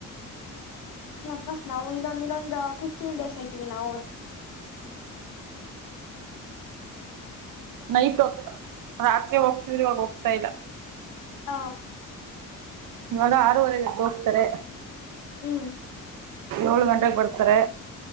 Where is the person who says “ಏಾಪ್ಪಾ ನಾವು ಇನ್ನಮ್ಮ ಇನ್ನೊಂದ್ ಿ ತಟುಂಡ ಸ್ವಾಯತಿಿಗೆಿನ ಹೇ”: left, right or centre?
Left